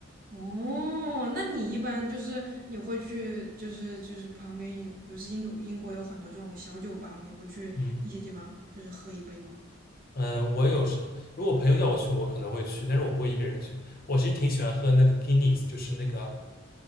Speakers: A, on the right; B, on the left.
A: 哦，那你一般就是你会去，就是就是旁边有，不是印度英国有很多这种小酒吧嘛，你会去一些地方就是喝一杯吗？
B: 嗯。嗯，我有时如果朋友叫我去，我可能会去，但是我不会一个人去。我其实挺喜欢喝那个 Guinness，就是那个